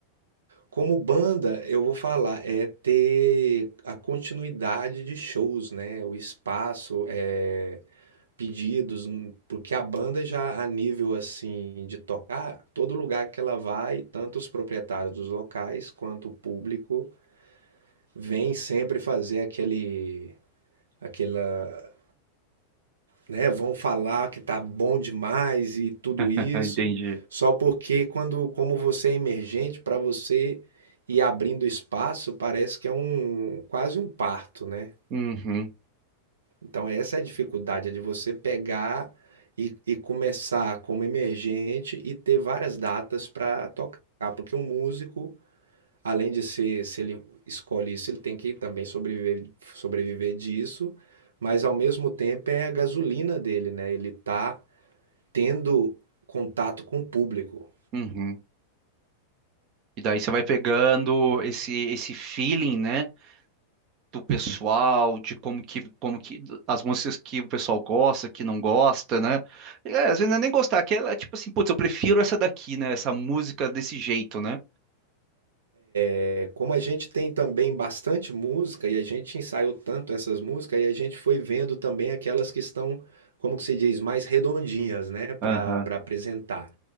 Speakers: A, on the right (about 70°); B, on the right (about 40°).
A: Como banda, eu vou falar, é ter a continuidade de shows, né? O espaço, é pedidos, hum, porque a banda já a nível assim de tocar, todo lugar que ela vai, tanto os proprietários dos locais quanto o público vem sempre fazer aquele aquela, né, vão falar que tá bom demais e tudo isso,
B: <laughs> Entendi.
A: só porque quando como você é emergente, para você ir abrindo espaço, parece que é um quase um parto, né?
B: Uhum,
A: Então, essa é a dificuldade, é de você pegar e, e começar como emergente e ter várias datas para tocar, porque um músico, além de ser, se ele escolhe isso, ele tem que também sobreviver, sobreviver disso, mas ao mesmo tempo é a gasolina dele, né? Ele tá tendo contato com o público.
B: uhum. E daí você vai pegando esse esse feeling, né, do pessoal, de como que como que as músicas que o pessoal gosta, que não gosta, né? É, às vezes não é nem gostar, que ela é tipo assim, putz, eu prefiro essa daqui, né, essa música desse jeito, né?
A: É, como a gente tem também bastante música e a gente ensaiou tanto essas músicas, e a gente foi vendo também aquelas que estão, como que se diz, mais redondinhas, né, para
B: Aham.
A: para apresentar.